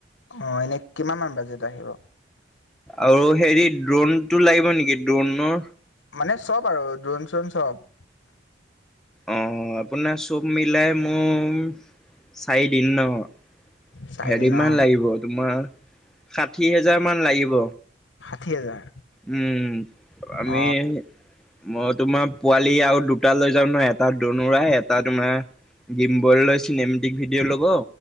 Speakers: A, on the left (about 75°); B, in the centre.
A: অ, এনে কিমান মান বাজেত আহিব?
B: আৰু হেৰি ড্ৰোনটো লাগিব নিকি ড্ৰোনৰ
A: মানে চব আৰু দ্ৰোন চ্ৰণ চব
B: অ আপোনাৰ চব মিলাই মোৰ চাৰিদিন ন
A: চাৰে
B: হেৰি
A: তিনি
B: মান
A: অ
B: লাগিব তোমাৰ ষাঠি হেজাৰ মান লাগিব।
A: ষাঠি হাজাৰ
B: উম আমি
A: অ
B: মই তোমাৰ পোৱালি আৰু দুটা লৈ যাম ন এটা দনুৰাই এটা তোমাৰ গিম বল লৈ চিনেমেটিক ভিডিঅ' লব